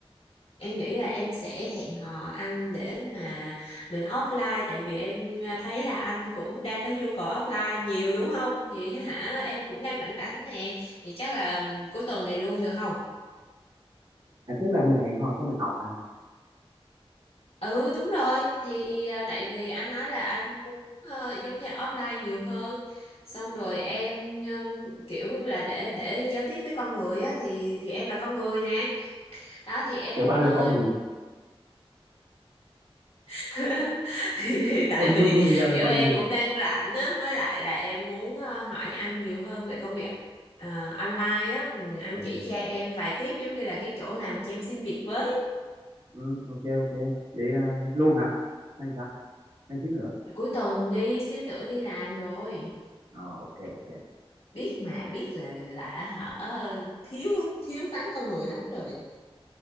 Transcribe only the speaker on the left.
em nghĩ là em sẽ hẹn hò anh để mà mình offline tại vì em ờ, thấy là anh cũng đang có nhu cầu offline nhiều đúng không? Thì hả em cũng đang rảnh rảnh nè. Vậy chắc là ừm, cuối tuần này luôn được không?
Ừ đúng rồi thì à, tại vì anh nói là anh muốn ờ, giống như là offline nhiều hơn xong rồi em ừm, kiểu là để để giao tiếp với con người á thì thì em là con người nè đó thì em
ờ,
<laughs> thì, thì tại
vì
kiểu
em
cũng đang rảnh á với lại là em muốn ờ, hỏi anh nhiều hơn về công việc ờ, online á Ừ, anh
chỉ cho em vài tiếp giống như là cái chỗ nào mà cho em xin việc với
cuối tuần đi xíu nữa đi làm rồi
biết mà biết là là hả thiếu thiếu vắng con người lắm rồi